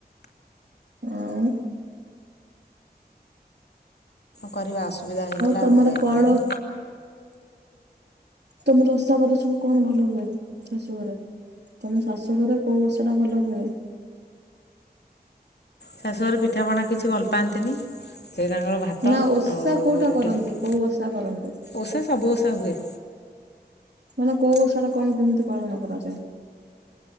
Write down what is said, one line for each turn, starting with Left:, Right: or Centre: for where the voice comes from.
Right: ଆଉ
Left: କରିବା ଅସୁବିଧା ହେଇଗଲା
Right: ତମର
Left: ଆଉ ଯାଇ
Right: କଣ
Left: ହେଲାନି।
Right: ତମର ଓଷା ବାର ସବୁ କଣ ଭଲ ହୁଏ ଶାଶୁ ଘରେ? ତମ ଶାଶୁ ଘରେ କୋଉ ଓଷ ଟା ଭଲ ହୁଏ?
Left: ଶାଶୁଘରେ ପିଠାପଣା କିଛି ଭଲ ପାଆନ୍ତିନି। ସେ ତାଙ୍କର ଭାତ
Right: ନା ଓଷା
Left: ଆଉ
Right: କୋଉଟା
Left: ରୁଟି
Right: କରନ୍ତି
Left: ଫୁଟି
Right: କୋଉ ଓଷା କରନ୍ତି?
Left: ଓଷା ସବୁ ଓଷା ହୁଏ।
Right: ମାନେ କୋଉ ସେଟା କଣ କେମିତି ପାଳନ କରାଯାଏ?